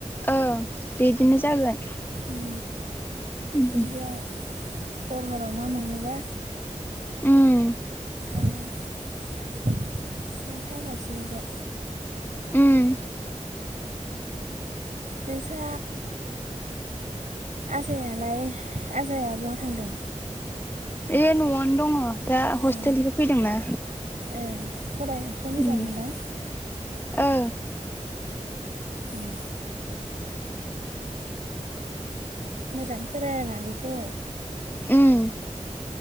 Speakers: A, on the left (about 15°); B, on the right (about 80°).
A: औ बिदिनो जागोन।
B: उम
A: उम
B: दुब्लियाव हर हराव ना मोनोना।
A: उम
B: ओंखायनो सेन सागासिनो बे।
A: उम
B: नोंसा आजायालाय आजाया बहा थांदों?
A: ऐ न'आवनो दङ दा हस्टेलनिफ्राय
B: ए
A: फैदोंना।
B: ए फरायनायफ्रा मोजाङानोदां
A: उम ओ
B: ए मोजां फोरों आगैखौ।
A: उम